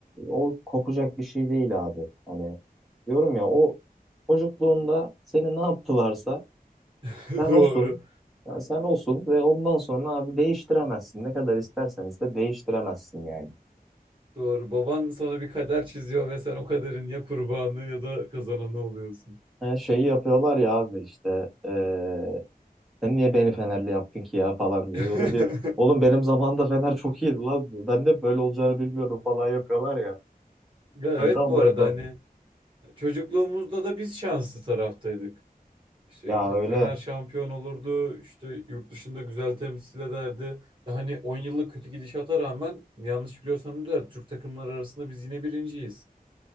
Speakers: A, in the centre; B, on the right (about 30°).
A: o kopacak bir şey değil abi. Hani diyorum ya o çocukluğunda seni ne yaptılarsa
B: <laughs>
A: sen
B: Doğru.
A: olsun. Ya sen olsun ve ondan sonra abi değiştiremezsin. Ne kadar istersen iste değiştiremezsin yani.
B: Doğru. Baban sana bir kader çiziyor ve sen o kaderin ya kurbanı ya da kazananı oluyorsun.
A: Her şeyi yapıyorlar ya abi işte eee, sen niye beni Fenerli yaptın ki ya falan diye.
B: <laughs>
A: O da diyor oğlum benim zamanımda Fener çok iyiydi lan. Ben de böyle olacağını bilmiyordum falan yapıyorlar ya.
B: Ya
A: Yani
B: Evet
A: tam
B: bu
A: o
B: arada
A: hesap.
B: hani çocukluğumuzda da biz şanslı taraftaydık. İşte
A: Ya öyle.
B: Fener şampiyon olurdu, işte yurt dışında güzel temsil ederdi. Hani 10 yıllık kötü gidişata rağmen yanlış biliyorsam da Türk takımları arasında biz yine birinciyiz.